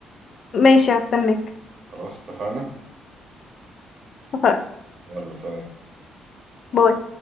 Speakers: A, on the left (about 55°); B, on the right (about 55°).
A: ماشي هستناك
B: خلاص اتفقنا
A: اتفقنا
B: يلا سلام
A: باي